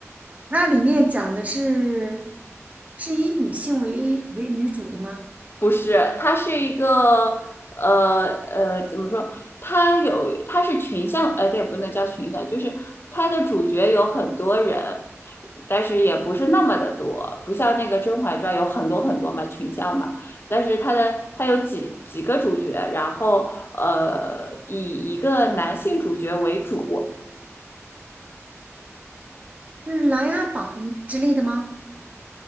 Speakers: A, on the right; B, on the left.
A: 它里面讲的是是以女性为为女主的吗？
B: 不是，它是一个呃呃怎么说？它有它是群像，呃，对，不能叫群像，就是它的主角有很多人，但是也不是那么的多，不像那个《甄嬛传》有很多很多嘛群像嘛，但是它的它有几几个主角，然后呃以一个男性主角为主。
A: 是《琅琊榜》之类的吗？